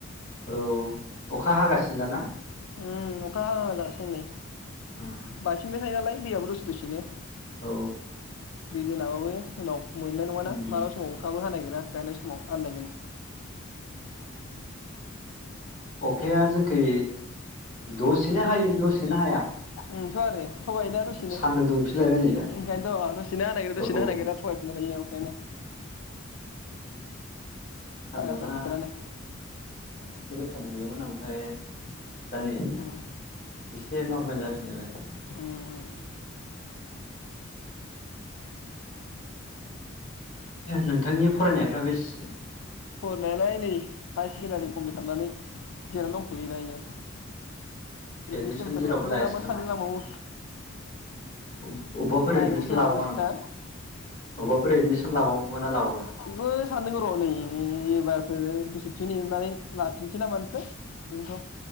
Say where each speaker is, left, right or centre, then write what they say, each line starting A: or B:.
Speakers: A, on the left; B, on the left.
A: औ अखा हागासिनो दाना?
B: उम अखा हागासिनो नै
A: उम
B: बायफिनबाय थायोनोलाय दैयाबो दसे दसेनो
A: औ
B: बिनो नामाबो। उनाव मोननाय नङा
A: उम
B: ना मालाबा समाव अखाबो हानायगोन दा गायनाय समाव आन्दायगोन।
A: अखाया जोंखै दसेनो हायो दसेनो हाया।
B: ओं थ आरो थगायो दा दसेनो
A: सान्दुं दुंफिनलायबाय नै दा
B: ओंखायनोथ' दसेनो हानाय दसेनो
A: औ
B: हानो नागिरा थगायफिनबाय थायो औ बेेने
A: सान्दुङा
B: फागलाथार बोथोरानो
A: दा दुंदोंमोन आमफाय दा नै
B: उम
A: एसे नरमेल जाफिनलायबाय।
B: उम उम
A: नोंथांनि फरायनायफोरा बेसेसो
B: फरायनायालाय नै हायार सेकेनडारि कमफिलद खालामनानै जिरनानै दंथयो दायो। एडमिसनफोर
A: एदमिसन जेरावबो
B: लाफिनो
A: लायासै नामा?
B: साननो नांबावो
A: अ-अबबाफोर
B: नायग्रोनोसै
A: एदमिसन लाबावा
B: र' बोस
A: नामा?
B: हो
A: अबेबाफोर एदमिसन लाबावगोन ना लाबावला?
B: बेखौनो सानदों र' नै एबारफोर बोसोरसे नेनानै लाफिनसै नामानोसै बेनोथ'